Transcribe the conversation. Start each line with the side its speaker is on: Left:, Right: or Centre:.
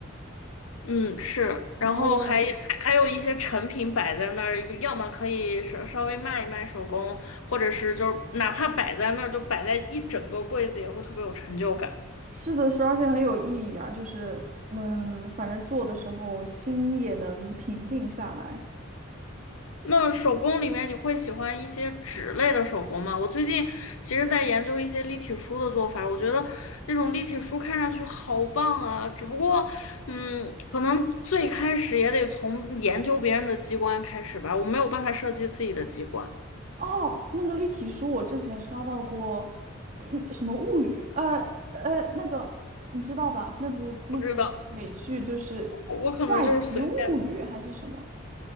Left: 嗯是，然后还还有一些成品摆在那儿，
Right: 然后也很，
Left: 要么可以稍稍微卖一卖手工，或者是就是哪怕摆在那儿就摆在一整个柜子也会特别有成就感。
Right: 是的是，而且很有意义啊，就是，嗯，反正做的时候心也能平静下来。
Left: 那手工里面你会喜欢一些纸类的手工吗？我最近其实在研究一些立体书的做法，我觉得那种立体书看上去好棒啊，只不过，嗯，可能最开始也得从研究别人的机关开始吧，我没有办法设计自己的机关，
Right: 哦，那个立体书我之前刷到过，嗯什么物语，呃呃，那个你知道吧？那部那部美剧就是
Left: 不知道，我我可能就是随便。
Right: 《怪奇物语》还是什么？